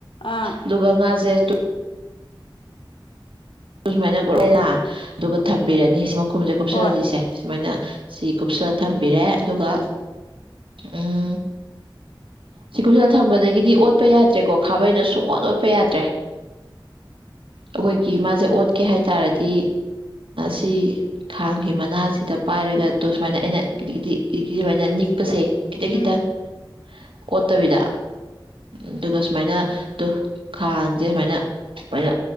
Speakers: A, on the left; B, on the right.
A: ꯑꯥ
B: ꯑꯗꯨꯒ ꯉꯥꯥꯁꯦꯁꯨ ꯁꯨꯃꯥꯏꯅꯂꯂ ꯑꯗꯨꯒ ꯊꯝꯕꯤꯔꯅꯤ ꯁꯤ ꯃꯈꯨꯝꯁꯦ ꯀꯨꯞꯁꯜꯂꯜꯂꯤꯁꯦ
A: ꯍꯣꯏ
B: ꯁꯨꯃꯥꯏꯅ ꯁꯤ ꯀꯨꯞꯁꯜꯂꯥ ꯊꯝꯕꯤꯔꯦ ꯑꯗꯨꯒ ꯎꯝ ꯁꯤꯀꯨꯝꯁꯤꯗ ꯊꯝꯕꯗꯒꯤꯗꯤ ꯑꯣꯠꯄ ꯌꯥꯗ꯭ꯔꯦꯀꯣ ꯈꯥꯕꯩꯅ ꯁꯨꯡꯑꯣꯗ ꯑꯣꯠꯄ ꯌꯥꯗ꯭ꯔꯦ ꯑꯩꯈꯣꯏꯒꯤ ꯃꯥꯁꯦ ꯑꯣꯠꯀꯦ ꯍꯥꯏ ꯇꯔꯗꯤ ꯁꯤ ꯈꯥꯡꯒꯤ ꯃꯅꯥꯁꯤꯗ ꯄꯥꯏꯔꯒ ꯇꯣ ꯁꯨꯃꯥꯏꯅ ꯑꯩꯅ ꯀꯤꯗꯤꯛ ꯀꯇꯗꯤ ꯀꯔꯤ ꯀꯔꯤꯃꯥꯏꯅ ꯅꯤꯛꯄꯁꯦ ꯈꯤꯇꯪ ꯈꯤꯇꯪ
A: ꯎꯝ
B: ꯑꯣꯠꯇꯕꯤꯗ ꯑꯗꯨꯒ ꯁꯨꯃꯥꯏꯅ ꯈꯥꯡꯁꯦ ꯁꯨꯃꯥꯏꯅꯃꯥꯏꯅ